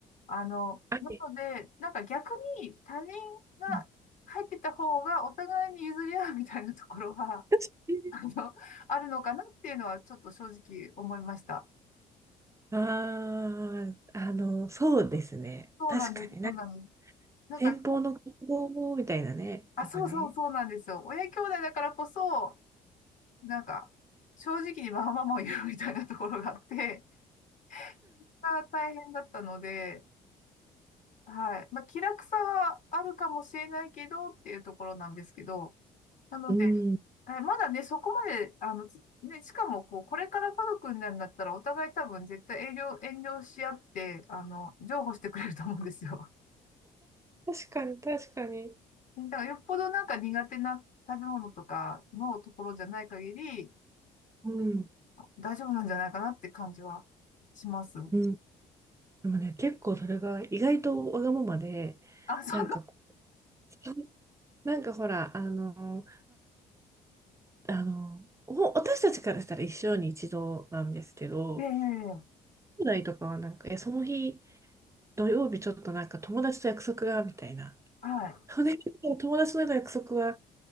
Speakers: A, on the left; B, on the right.
A: あの、
B: はい。
A: なので、なんか逆に他人が入ってた方がお互いに譲り合うみたいなところは、
B: うん確かに。
A: あのあるのかなっていうのはちょっと正直思いました。
B: ああ、あの、そうですね。
A: そうなんです、
B: 確かに、なんか、
A: そうなんです。なんか、
B: 先方の活動みたいなね、
A: あ、
B: とかね。
A: そうそうそうなんですよ。親兄弟だからこそ、なんか、正直にわがままを言うみたいなところがあって、<laughs> が大変だったので、はい。まあ、気楽さはあるかもしれないけどっていうところなんですけど、なので、
B: うん、
A: はい、まだね、そこまで、あの、つね、しかも、こう、これから家族になるんだったら、お互い多分絶対遠慮、遠慮し合って、あの、譲歩してくれると思うんですよ。
B: 確かに、確かに。
A: うん。だからよっぽどなんか苦手な食べ物とかのところじゃない限り、
B: うん、
A: 大丈夫なんじゃないかなって感じはします。
B: うん。でもね、結構それが意外とわがままで、
A: あ、そ
B: なんかこう、なんかほら、あの、あの、お私たちからしたら一生に一度なんですけど、
A: う、ええ、
B: 兄弟とかはなんか、え、その日、土曜日ちょっとなんか友達と約束が、みたいな。
A: はい。
B: それ結構友達との約束は、